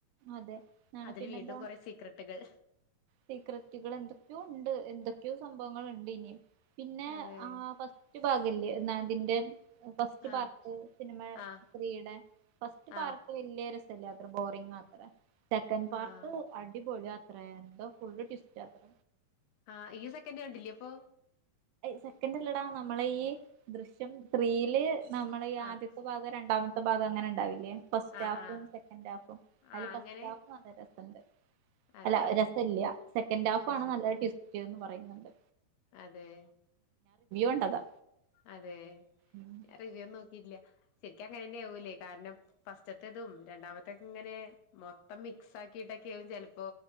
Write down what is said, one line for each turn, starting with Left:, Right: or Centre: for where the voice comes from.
Right: അതെ ആണ്
Left: അതില്
Right: പിന്നെന്താ
Left: വീണ്ടും കൊറേ സീക്രട്ടുകൾ
Right: സീക്രറ്റുകൾ എന്തൊക്കെയോ ഇണ്ട് എന്തൊക്കെയോ സംഭവങ്ങള്ണ്ട് ഇനി പിന്നെ
Left: അതെ
Right: ആഹ് ഫസ്റ്റ് റ്റ് ഭാഗല്ലേ നാതിന്റെ ഫസ്റ്റ്
Left: ആഹ്
Right: പാർട്ട് സിനിമ
Left: ആഹ്
Right: ത്രീയുടെ ഫസ്റ്റ് പാർട്ട്
Left: ആഹ്
Right: വലിയ രസല്ല യാത്ര ബോറിംഗ് യാത്ര സെക്കൻഡ് പാർട്ട്
Left: ആഹ്
Right: അടിപൊളി യാത്ര എന്തോ ഫുള് ടിസ്റ്റ്ത്ര
Left: ആഹ് ഈ സെക്കൻഡ് കണ്ടില്ലേ അപ്പൊ
Right: സെക്കൻഡല്ലടാ നമ്മള ഈ ദൃശ്യം ത്രീയില് നമ്മള ഈ ആദ്യത്തെ
Left: ആഹ്
Right: പാ രണ്ടാമത്തെ ഭാഗം അങ്ങനെ ഉണ്ടാവില്ലേ ഫസ്റ്റ്
Left: ആഹ്
Right: ഹാഫും
Left: ആഹ്
Right: സെക്കൻഡ് ഹാഫും അതില്
Left: ആഹ്
Right: ഫസ്റ്റ്
Left: അങ്ങനെ
Right: ഹാഫും നല്ല രസമുണ്ട്
Left: അതെ
Right: അല്ല രസ ഇല്ല സെക്കൻഡ് ഹാഫ്
Left: രസല്ലേ
Right: ആണ് നല്ല ട്വിസ്റ്റ് എന്ന് പറയണ്ട്
Left: അതെ
Right: കണ്ടതാ
Left: അതെ
Right: ഉം
Left: റിവ്യൂും നോക്കി ശരിക്ക അങ്ങനെ തന്നെയ ആവൂലേ കാരണം ഫസ്റ്റത്തേതും രണ്ടാമത്തെ അതക്ക ഇങ്ങനെ മൊത്തം മിക്സ് ആക്കിട്ടൊക്കെ ആകും ചിലപ്പോ